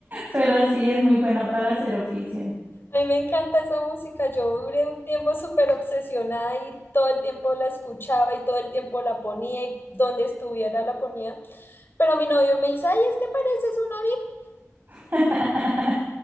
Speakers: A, on the right; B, on the left.
A: Pero sí es muy buena para hacer oficio.
B: A mí me encanta esa música. Yo duré un tiempo súper obsesionada y todo el tiempo la escuchaba y todo el tiempo la ponía y donde estuviera la ponía. Pero mi novio me dice, ay, es que pareces una
A: <laughs>